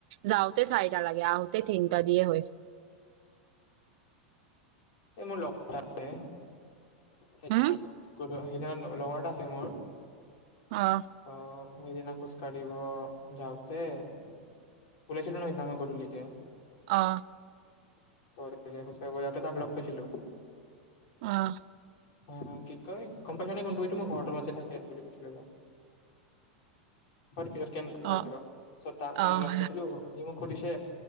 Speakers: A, on the right; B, on the left.
A: যাওঁতে চাৰিটা লাগে, আহোতে তিনিটা দিয়ে হয়।
B: এই মোৰ <unintelligible> তে সেইদিনা
A: হম
B: সেইদিনা লগৰ এটা আছে মোৰ।
A: অ
B: ত সেইদিনা খোজকাঢ়িব যাওঁতে, উলাইছিলো ন সেইদিনা মই গধূলিতে।
A: অ
B: <unintelligible> কৈছিলো।
A: অঁ।
B: অঁ অঁ কি কয় গম পাইচা নে কোনটো এইটো মোৰ ঘৰ তলতযে থাকে বুলি কৈছিলো মই, <unintelligible> এটো পিছত <unintelligible> কৈছোঁ
A: অ
B: ৰ, চ' তাক
A: অ',
B: মানে লগ পাইছিলো, সি মোক সুধিছে